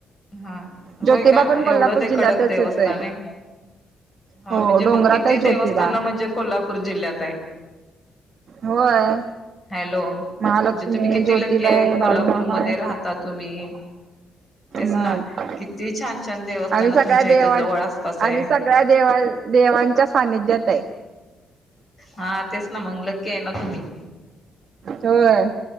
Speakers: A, on the left; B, on the right.
A: हा होय
B: ज्योतिबा
A: का
B: पण कोल्हापूर
A: एवढं ते
B: जिल्ह्यातच
A: कडक देवस्थान
B: येतोय
A: हाय. हा
B: हो
A: म्हणजे
B: डोंगरात
A: बघ किती
B: आहे ज्योतिबा
A: देवस्थानं म्हणजे कोल्हापूर जिल्ह्यात हाय.
B: होय.
A: हॅलो
B: महालक्ष्मी
A: म्हणजे तुम्ही किती
B: ज्योतिबा
A: लके
B: आहे बाळूमामा
A: कोल्हापूरमध्ये
B: आहे
A: राहता तुम्ही. तेच
B: मग
A: ना किती छान छान देवस्थान
B: आम्ही सगळ्या
A: तुमच्या
B: देवां
A: इथे जवळ आसपास हाय.
B: आम्ही सगळ्या देवा देवांच्या सानिध्यात आहे.
A: हा तेच ना मग लकी आहे ना तुम्ही.
B: होय.